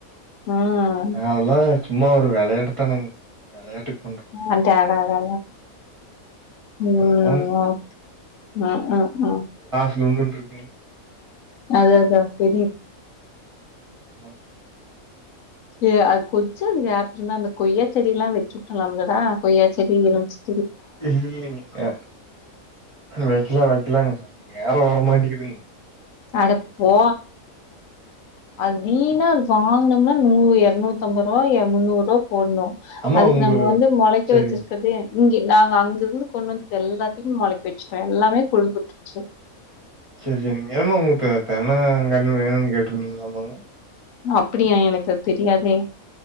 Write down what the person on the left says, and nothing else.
ம்
ம் <unintelligible> தாங்க ஆமா ம் ம்
ஓக் ம் ம் ம்
அத அதா தெரியுது
ஏ அது கொஞ்சோ கேப்பிருந்தா அந்த கொய்யா செடிலா வச்சுட்டலாம்லடா கொய்யா செடி இருந்துச்சு
அடப்போ அது வீனா அது வாங்கனோம்னா நூறு எறநூத்ததம்ப ரூவா முன்னூறோ போடுணு
அதுக்கு
நம்ம வந்து மொளைக்க
வச்சிருக்கறதே இங்கே நாங்க அங்கருந்து கொண்டு வந்தது எல்லாத்தையு இங்க மொளைக்க வச்சுட்டே எல்லாமே கொழுந்துட்டுருச்சு
அப்படியா எனக்கு தெரியாதே